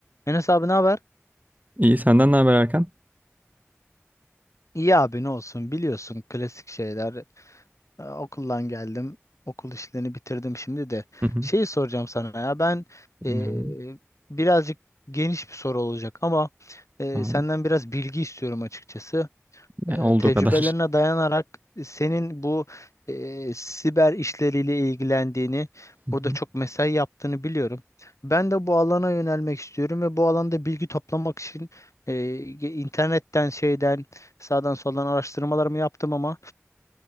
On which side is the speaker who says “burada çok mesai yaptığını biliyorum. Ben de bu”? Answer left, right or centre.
Left